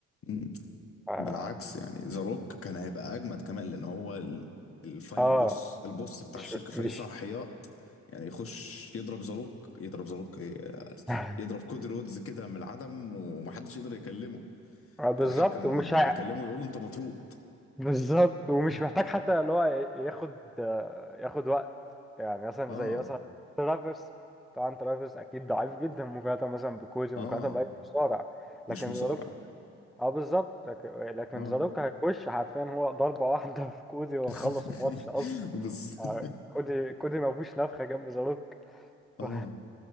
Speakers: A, on the left; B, in the centre.
A: آه
B: اه
A: بالعكس يعني ذا روك كان هيبقى اجمد كمان لان هو ال- الفاينل
B: آه،
A: بوس البوس بتاع
B: مش
A: الشركه فريق
B: مش
A: صلاحيات يعني يخش يضرب ذا روك يضرب ذا روك ايه
B: <laughs>
A: يضرب كودي رودز كده من العدم ومحدش يقدر يكلمه
B: آه، بالظبط
A: الحكم
B: ومش هي-
A: هيكلمه يقول له انت مطرود
B: بالظبط ومش
A: <laughs>
B: محتاج حتى اللي هو ياخد ياخد وقت يعني مثلا
A: اه
B: زي مثلا ترافيس طبعا ترافيس اكيد ضعيف جدا مقارنه مثلا بكوزي
A: اه
B: مقارنه باي مصارع
A: مش
B: لكن
A: مصارع
B: زاروك اه بالظبط لكن لكن
A: اه
B: زاروك هيخش حرفيا هو ضربه واحده في كوزي وخلص
A: <laughs>
B: الماتش اصلا
A: بالظبط
B: آه، كوزي كوزي ما فيهوش نفخه جنب زاروك
A: اه
B: <laughs> ف-